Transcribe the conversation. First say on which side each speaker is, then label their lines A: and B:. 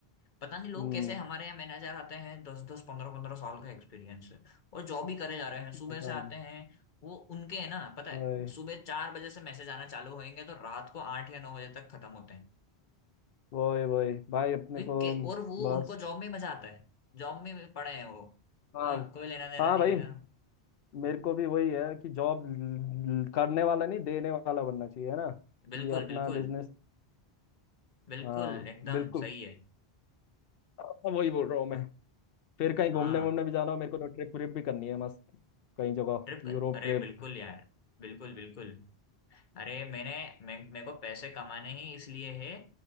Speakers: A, on the left; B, on the left.
A: पता नहीं लोग
B: हम्म
A: कैसे हमारे यहाँ मैनेजर आते हैं दस दस पंद्रह पंद्रह साल का एक्सपीरियंस है और जॉब ही करे जा रहे हैं सुबह
B: पता
A: से आते
B: नहीं।
A: हैं वो उनके है ना पता है
B: वही
A: सुबह चार बजे से मैसेज आना चालू होंगे तो रात को आठ या नौ बजे तक खत्म होते हैं
B: वही वही भाई अपने
A: वे
B: को
A: के- और वो
B: बस
A: उनको जॉब में मजा आता है जॉब में भी पड़े हैं वो
B: हाँ
A: हाँ कोई लेना देना
B: हाँ
A: नहीं
B: भाई
A: है हाँ,
B: मेरे को भी वही है कि जॉब करने वाला नहीं देने वाला बनना चाहिए है ना
A: बिल्कुल
B: ये अपना
A: बिल्कुल
B: बिजनेस
A: बिल्कुल
B: हाँ
A: एकदम
B: बिल्कुल
A: सही है
B: हाँ, वही बोल रहा हूँ मैं फिर कहीं
A: हाँ
B: घूमने वूमने भी जाना हो मेरे को तो ट्रिप व्रिप भी करनी है मस्त कई जगह
A: ट्रिप कर...
B: Europe
A: अरे
B: trip
A: बिल्कुल
B: <laughs>
A: यार बिल्कुल बिल्कुल अरे मैंने मैं मेरे को पैसे कमाने ही इसलिए है